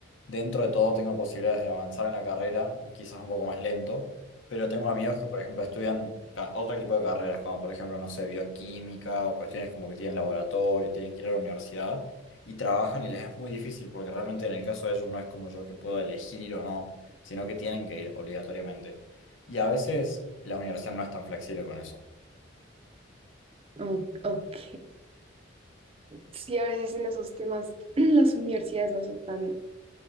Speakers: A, on the left; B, on the right.
A: dentro de todo tengo posibilidades de avanzar en la carrera, o quizás un poco más lento, pero tengo amigos que, por ejemplo, estudian ca- otro tipo de carreras, como por ejemplo, no sé, bioquímica o cuestiones como que tienen laboratorio, tienen que ir a la universidad y trabajan y les es muy difícil, porque realmente en el caso de ellos no es como yo que puedo elegir ir o no, sino que tienen que ir obligatoriamente. Y a veces la universidad no es tan flexible con eso.
B: O- ok. Sí, a veces en esos temas <clears throat> las universidades no son tan,